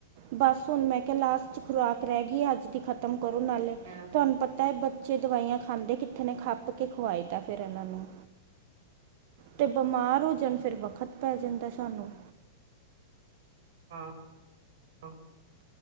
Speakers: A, on the right; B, on the right.
A: ਬਸ। ਹੁਣ ਮੈਂ ਕਿਹਾ ਲਾਸਟ ਚ ਖੁਰਾਕ ਰਹਿ ਗਈ ਅੱਜ ਦੀ ਖਤਮ ਕਰੋ ਨਾਲੇ।
B: ਮੈਂ ਹੂੰ
A: ਤੁਹਾਨੂੰ ਪਤਾ ਹੈ ਬੱਚੇ ਦਵਾਈਆਂ ਖਾਂਦੇ ਕਿੱਥੇ ਨੇ, ਖੱਪ ਕੇ ਖਵਾਏ ਦਾ ਫੇਰ ਇਹਨਾਂ ਨੂੰ। ਤੇ ਬਿਮਾਰ ਹੋ ਜਾਣ ਫੇਰ ਵਕਤ ਪੈ ਜਾਂਦਾ ਸਾਨੂੰ।
B: ਹਾਂਾਂ